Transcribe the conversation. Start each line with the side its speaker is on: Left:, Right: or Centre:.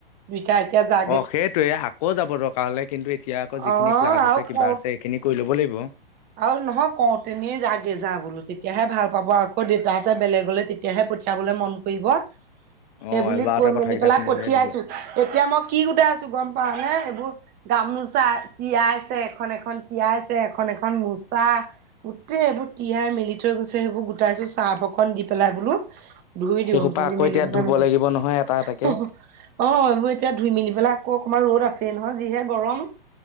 Right: দুইটা এতিয়া য
Left: অ', সেইটোয়ে আকৌ যাব দৰকাৰ হলে, কিন্তু এতিয়া আকৌ যিখিনি
Right: অ
Left: ক্লাছ
Right: আৰু
Left: আছে কিবা
Right: কওঁ
Left: আছে সেইখিনি কৰি ল'ব লাগিব।
Right: আৰু নহয় কওঁ তেনি যাগে যা বোলো তেতিয়াহে ভাল পাব আকৌ দেউতাহঁতে বেলেগলে তেতিয়াহে পঠিয়াবলৈ মন কৰিব
Left: <inaudible>
Right: সেই বুলি
Left: এবাৰতে
Right: কৈ
Left: কথাকেইটা
Right: মেলি পেলাই
Left: শুনিলে
Right: পঠিয়াইছো,
Left: দিব
Right: এতিয়া মই কি গোটাই আছোঁ গম পাৱ নে এইবোৰ গামোচা তিয়াইছে এখন, এখন তিয়াইছে এখন এখন মোচা। গোটেই এইবোৰ তিয়াই মেলি থৈ গৈছে সেইবোৰ গোটাইছোঁ ছাৰ্ফ অকণ দি পেলাই বুলু। ধুই দিওঁ
Left: সেইসোপা
Right: ধুই
Left: আকৌ
Right: মেলি
Left: এতিয়া
Right: পেলাই।
Left: ধুব লাগিব নহয় এটা
Right: <unintelligible>
Left: এটাকে
Right: অ এইবোৰ এতিয়া ধুই মেলি পেলাই আকৌ অকমান ৰ'দ আছেই নহয় যিহে গৰম।